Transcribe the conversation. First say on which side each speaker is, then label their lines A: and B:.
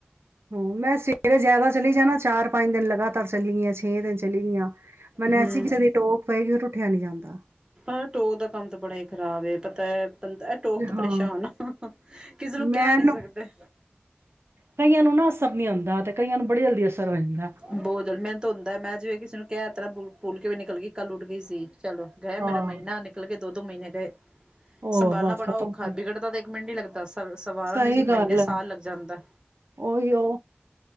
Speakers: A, on the right (about 80°); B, on the right (about 20°).
A: ਹੂੰ, ਮੈਂ ਸਵੇਰੇ ਜ਼ਿਆਦਾ ਚਲੀ ਜਾ ਨਾ ਚਾਰ- ਪੰਜ ਦਿਨ ਲਗਾਤਾਰ ਚਲੀ ਗਈ ਆਂ। ਛੇ ਦਿਨ ਚਲੀ ਗਈ ਆਂ। ਮੈਨੂੰ
B: ਹੂੰ
A: ਐਸੀ ਕਿਸੇ ਦੀ ਟੋਕ ਪਈ ਫੇਰ ਉਠ- ਉਠਿਆ ਨੀ ਜਾਂਦਾ।
B: ਨਾ ਟੋਅ ਦਾ ਕੰਮ ਤਾਂ ਬੜਾ ਹੀ ਖਰਾਬ ਏ। ਪਤਾ ਏ ਰੋਕ ਟੋਕ ਤੋਂ
A: ਹਾਂ
B: ਪਰੇਸ਼ਾਨ ਆ। ਹਾਹਾ-ਕਿਸੇ ਨੂੰ
A: ਮੈਨੂੰ
B: ਕਹਿ ਨੀ ਸਕਦੇ।
A: ਕਈਆਂ ਨੂੰ ਨਾ ਅਸਰ ਨਹੀਂ ਹੁੰਦਾ ਤੇ ਕਈਆਂ ਨੂੰ ਬੜੀ ਜਲਦੀ ਅਸਰ ਹੋ ਜਾਂਦਾ
B: ਬਹੁ ਜਦ ਮੈਨੂ ਤੇ ਹੁੰਦਾ ਏ ਮੈਂ ਜੇ ਕਿਸੇ ਨੂੰ- ਤੇਰਾ ਪੂਲ ਕੇ ਵੀ ਨਿਕਲ ਗਈ ਕੱਲ ਉਟ ਗਈ ਸੀ ਚਲੋ ਗਏ ਮੇਰਾ
A: ਹਾਂ
B: ਮਹੀਨਾ ਨਿਕਲ ਗਏ। ਦੋ -ਦੋਮਹੀਨੇ-
A: ਉਹ
B: <inaudible> ਸੰਭਾਲਣਾ
A: ਬਸ
B: ਬੜਾ
A: ਖਤਮ
B: ਔਖਾ
A: ਹੋ।
B: ਵਿਗੜਦਾ ਤੇ ਇੱਕ ਮਿੰਟ ਨੀ ਲੱਗਦਾ। ਸ ਸਵਾਰਨੇ'ਚ
A: ਸਹੀ
B: ਮਹੀਨੇ
A: ਗੱਲ ਹੈ
B: ਸਾਲ ਲੱਗ ਜਾਂਦਾ।
A: ਉਹੀਓ